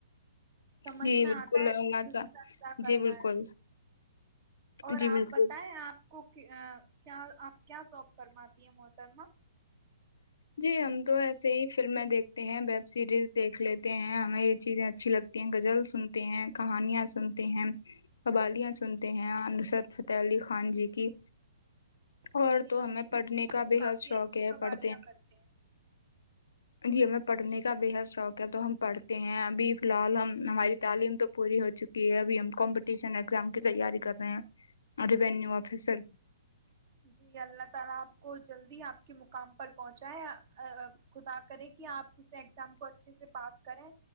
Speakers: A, on the right (about 40°); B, on the left (about 65°).
A: سمجھ
B: جی
A: میں
B: بالکل
A: آتا ہے
B: ہماں
A: کہ اس کے ساتھ کیا
B: جی
A: کرنا
B: بالکل
A: ہے اور
B: جی بالکل
A: آپ بتائیں آپ کو کیا آپ کیا شوق فرماتی ہیں محترما
B: جی ہم تو ایسے ہی فلمیں دیکھتے ہیں ویب سیریز دیکھ لیتے ہیں ہمیں یہ چیزیں اچھی لگتی ہیں غزل سنتے ہیں کہانیاں سنتے ہیں قبالیاں سنتے ہیں نسرد فتح علی خان جی کی
A: جی
B: اور تو
A: ہم
B: ہمیں
A: نے بھی
B: پڑھنے
A: سنی
B: کا
A: ہے وہ
B: بے
A: کافی
B: حد شوق
A: اچھی
B: ہے
A: قوالیاں
B: پڑھ
A: کرتے ہیں
B: جی میں پڑھنے کا بےحد تو ہم پڑھتے ہیں ابھی فی الحال ہم ہماری تعلیم تو پوری ہو چکی ہے ابھی ہم کمپٹیشن اگزام کی تیاری کر رہے ہیں ریوینیو آفیسر
A: جی اللہ تعالا آپ کو جلدی آپ کے مقام پر پہنچائے خدا کرے کہ آپ اس ایگزام کو اچھے سے پاس کریں